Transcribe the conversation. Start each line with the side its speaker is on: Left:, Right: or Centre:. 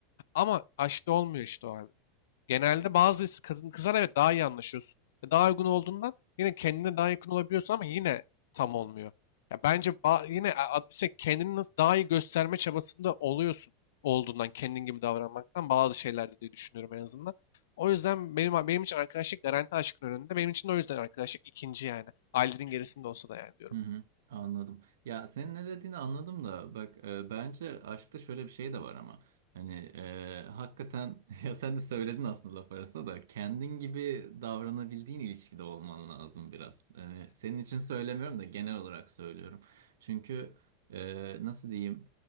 Left: Ama aşkta olmuyor işte o abi genelde bazı kadın kızlar evet daha iyi anlaşıyorsun. Ve Daha uygun olduğundan yine kendine daha yakın olabiliyorsun ama yine tam olmuyor. Ya bence ba- yine a- a- işte kendini nasıl daha iyi gösterme çabasında oluyorsun olduğundan kendin gibi davranmaktan bazı şeylerde diye düşünüyorum en azından. O yüzden benim benim için arkadaşlık garanti aşkın önünde. Benim için de o yüzden arkadaşlık ikinci yani. Ailenin gerisinde olsa da yani diyorum.
Right: Hı hı, anladım. Ya senin ne dediğini anladım da bak e, bence aşkta şöyle bir şey de var ama hani e, hakikaten <laughs> ya sen de söyledin aslında laf arasında da kendin gibi davranabildiğin ilişkide olman lazım biraz. Yani senin için söylemiyorum da genel olarak söylüyorum. Çünkü e, nasıl diyeyim